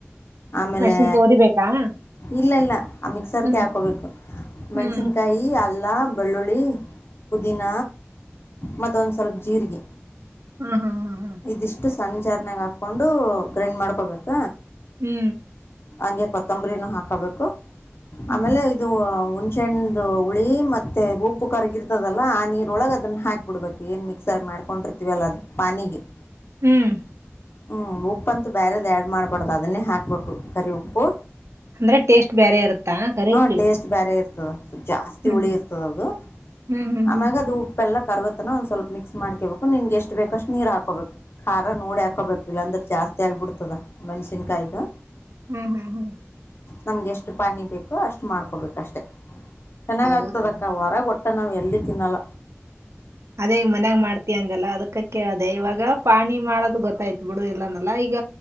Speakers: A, on the left; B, on the right.
A: ಆಮೇಲೆ
B: ಮೆಣಸಿನ್ಕಾಯಿ ಉರಿಬೇಕಾ
A: ಇಲ್ಲ ಇಲ್ಲ ಆ ಮಿಕ್ಸರ್ಗೆ
B: ಹ್ಮ್
A: ಹಾಕೋಬೇಕು ಮೆಣ್ಸಿನ್ಕಾಯಿ
B: ಹ್ಮ್
A: ಅಲ್ಲ ಬೆಳ್ಳುಳ್ಳಿ ಪುದೀನ ಮತ್ತೊಂದು ಸ್ವಲ್ಪ ಜೀರಿಗೆ
B: ಹಾ ಹಾ ಹಾ
A: ಇದಿಷ್ಟು ಸಣ್ಣಜಾರಣ್ಯಾಗ ಹಾಕೊಂಡು ಗ್ರೈಂಡ್ ಮಾಡ್ಕೊಬೇಕ
B: ಹ್ಮ್
A: ಹಂಗೆ ಕೊತ್ತಂಬರಿನ ಹಾಕೋಬೇಕು
B: ಹ್ಮ್
A: ಆಮೇಲೆ ಇದು ಹುಣಸೇ ಹುಳಿ ಮತ್ತೆ ಉಪ್ಪು ಕರಗಿರ್ತದಲ್ಲ ಆ ನೀರೊಳಗೆ ಅದನ್ನ ಹಾಕ ಹಬ ಬಿಡ್ಬೇಕು ಏನ್ ಮಿಕ್ಸರ್ ಮಾಡ್ಕೊಂಡಿರ್ತವಲ್ಲ ಅದು ಪಾನಿಗೆ
B: ಹ್ಮ್
A: ಹ್ಞೂ ಉಪ್ಪಂತೂ ಬೇರೆದು ಆ್ಯಡ್ ಮಾಡಬೊಡ್ದು ಅದನ್ನೇ ಹಾಕ್ಬೇಕು ಕರಿ ಉಪ್ಪು.
B: ಅಂದ್ರೆ ಟೇಸ್ಟ್ ಬೇರೆ ಇರುತ್ತಾ ಕರಿಪಿ.
A: ಹ್ಞೂ ಟೇಸ್ಟ್ ಬೇರೆ ಇರ್ತದೆ ಜಾಸ್ತಿ
B: ಹ್ಮ್
A: ಹುಳಿ ಇರ್ತದ ಅದು
B: ಹ್ಮ್ ಹ್ಮ್ ಹ್ಮ್
A: ಆಮ್ಯಾಗ ಅದು ಉಪ್ಪೆಲ್ಲ ಕರಗ. ನ ಒಂದ ಸ್ವಲ್ಪ ಮಿಕ್ಸ್ ಮಾಡಕಬೇಕು ನಿನ್ಗೆ ಎಷ್ಟ ಬೇಕಷ್ಟು ನೀರು ಹಾಕೋಬೇಕು. ಖಾರ ನೋಡಿ ಹಾಕೋಬೇಕು ಇಲ್ಲಾಂದ್ರೆ ಜಾಸ್ತಿ ಆಗ್ಬಿಡ್ತದ ಮೆಣ್ಸಿನ್ಕಾಯ್ದು
B: ಹ್ಮ್ ಹ್ಮ್ ಹ್ಮ್
A: ನಮ್ಗೆ ಎಷ್ಟು ಪಾನಿ ಬೇಕೋ ಅಷ್ಟು ಮಾಡ್ಕೋಬೇಕಷ್ಟೆ ಚೆನ್ನಾಗ್ತದ
B: ಹೌದಾ
A: ಅಕ್ಕ ಹೊರಗ ಒಟ್ಟ ನಾವು ಎಲ್ಲಿ ತಿನ್ನಲ್ಲ
B: ಅದೇ ಈಗ ಮನ್ಯಾಗ ಮಾಡ್ತಯ ಅಂದಲ್ಲಾ ಅದಕ್ಕ ಕೇಳ ಅದೆೇ ಇವಾಗ ಪಾನಿ ಮಾಡೋದು ಗೊತ್ತಾಯ್ತು ಬಿಡು ಇಲ್ಲಂದಲ್ಲ ಈಗ